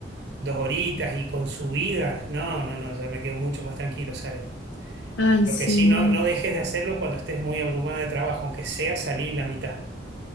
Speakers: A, on the right; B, on the left.
A: dos horitas y con subidas, no, no, no, ya me quedo mucho más tranquilo, Sare.
B: Ay,
A: Lo
B: sí,
A: que sí,
B: no.
A: no, no dejes de hacerlo cuando estés muy abrumada de trabajo, aunque sea salir la mitad.